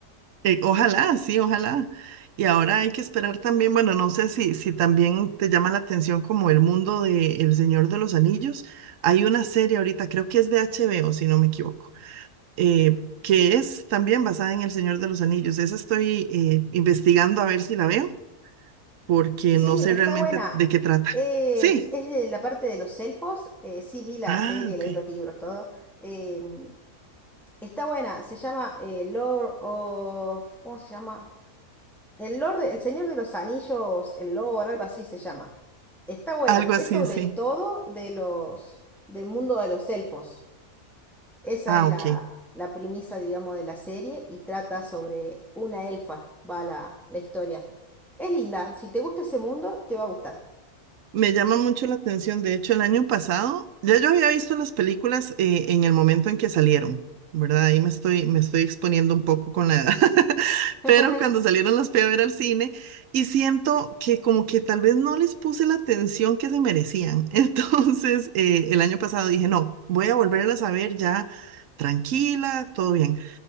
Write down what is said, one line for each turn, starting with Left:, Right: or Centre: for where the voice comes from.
Right: Eh, ojalá, sí, ojalá. Y ahora hay que esperar también, bueno, no sé si, si también te llama la atención como el mundo de El Señor de los Anillos. Hay una serie ahorita, creo que es de HBO, si no me equivoco, eh, que es también basada en El Señor de los Anillos. Esa estoy eh, investigando a ver si la veo, porque
Centre: Sí,
Right: no sé
Centre: está
Right: realmente
Centre: buena.
Right: de qué trata.
Centre: Es,
Right: Sí.
Centre: es de la parte de los elfos. eh, sí, vi la
Right: Ah,
Centre: serie,
Right: ok.
Centre: leí los libros, todo. Em, está buena. Se llama eh, Lord of... ¿Cómo se llama? El Lord, de- el Señor de los Anillos, el Lord, algo así se llama. Está buena.
Right: Algo así,
Centre: Es sobre
Right: sí.
Centre: todo de los, del mundo de los elfos. Esa
Right: Ah,
Centre: es la,
Right: ok.
Centre: la premisa, digamos, de la serie y trata sobre una elfa, va la, la historia. Es linda. Si te gusta ese mundo, te va a gustar.
Right: Me llama mucho la atención. De hecho, el año pasado ya yo había visto las películas eh, en el momento en que salieron, ¿verdad? Ahí me estoy, me estoy exponiendo un poco con la edad. <laughs>
Centre: <laughs>
Right: Pero cuando salieron las fui a ver al cine y siento que como que tal vez no les puse la atención que se merecían. <laughs> Entonces, eh, el año pasado dije, no, voy a volverlas a ver ya tranquila, todo bien,